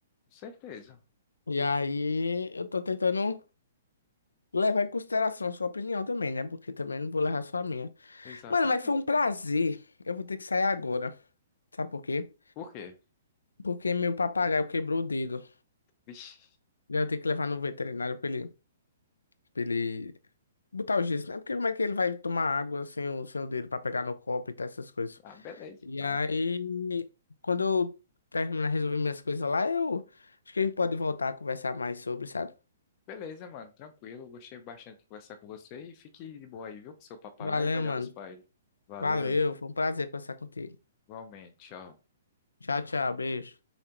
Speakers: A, on the left; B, on the left.
A: Com certeza.
B: E aí eu tô tentando levar em consideração a sua opinião também, né? Porque também não vou levar só a minha.
A: Exatamente.
B: Mano, mas foi um prazer. Eu vou ter que sair agora. Sabe por quê?
A: Por quê?
B: Porque meu papagaio quebrou o dedo.
A: Vixe.
B: E Eu tenho que levar no veterinário pra ele Pra ele botar o gesso, né? Porque como é que ele vai tomar água sem o, sem o dedo pra pegar no copo e tal, essas coisas.
A: Ah, beleza,
B: E
A: então.
B: aí, quando eu terminar de resolver minhas coisas lá, eu acho que a gente pode voltar a conversar mais sobre, sabe?
A: Beleza, mano. Tranquilo. Gostei bastante de conversar com você. E fique de boa aí, viu? Com seu papagaio.
B: Valeu,
A: Melhoras
B: mano.
A: pra ele. Valeu.
B: Valeu, foi um prazer conversar contigo.
A: Igualmente. Tchau.
B: Tchau, tchau, beijo.